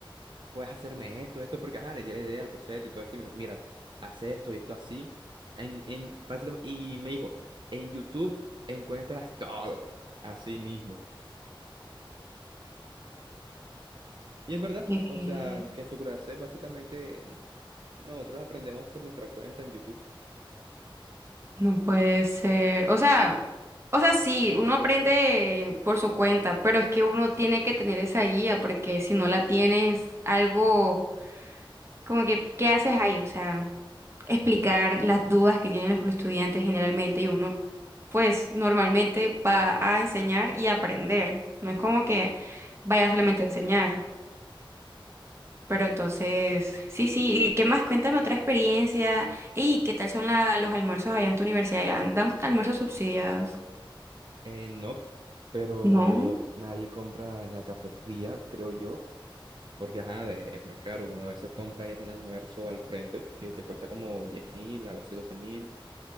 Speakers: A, on the right; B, on the right.
A: puedes hacerme esto, esto, porque ajá, le di la idea al boceto y todo esto, y me dijo, mira, haz esto y esto así. En, en, básicamente, y me dijo, en YouTube encuentras todo, así mismo. Y es verdad,
B: que
A: o sea, que su clase básicamente nosotros la aprendemos por nuestra cuenta en YouTube.
B: no puede ser. O sea, o sea, sí, uno aprende por su cuenta, pero es que uno tiene que tener esa guía, porque si no la tienes, algo como que, ¿qué haces ahí? O sea. explicar las dudas que tienen los estudiantes generalmente y uno pues normalmente va a enseñar y aprender. No es como que vaya solamente a enseñar. Pero entonces, sí, sí, ¿y qué más? Cuéntame otra experiencia. ¿Y qué tal son la- los almuerzos allá en tu universidad? ¿Ya dan almuerzos subsidiados?
A: Eh, no, pero
B: ¿No?
A: nadie compra en la cafetería, creo yo, porque ajá, es, es muy caro. Una vez se compra es un almuerzo al frente que te cuesta como diez mil, a veces doce mil.